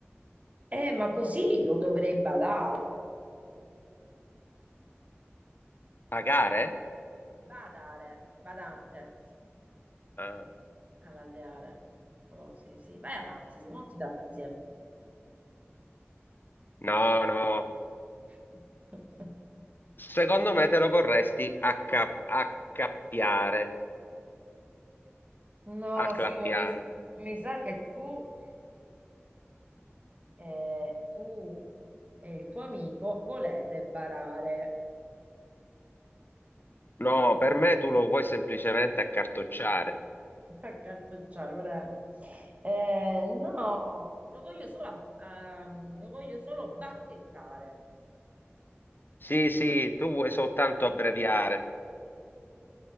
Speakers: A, on the right; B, on the left.
A: Eh, ma così lo dovrei badare.
B: Pagare?
A: Badare, badante.
B: Ah.
A: all'alveare. Oh, sì, sì, vai avanti, Simo, non ti dà pensiero.
B: No, no.
A: <laughs>
B: Secondo me te lo vorresti acca- accappiare,
A: No,
B: acclappiare.
A: Simo, mi, mi sa che tu, eh, tu e il tuo amico volete barare,
B: No, per me tu lo vuoi semplicemente accartocciare.
A: <laughs> accantucciare, Morello. Eh, no, lo voglio solo, a- a- lo voglio solo bacchettare.
B: Sì, sì, tu vuoi soltanto abbreviare.